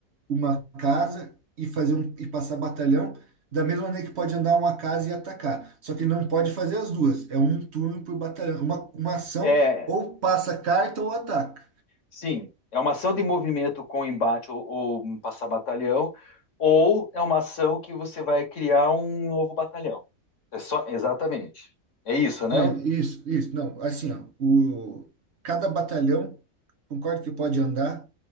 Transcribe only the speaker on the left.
É,
Sim, é uma ação de movimento com embate ou, ou um passar batalhão, ou é uma ação que você vai criar um novo batalhão. É só, exatamente. É isso, né?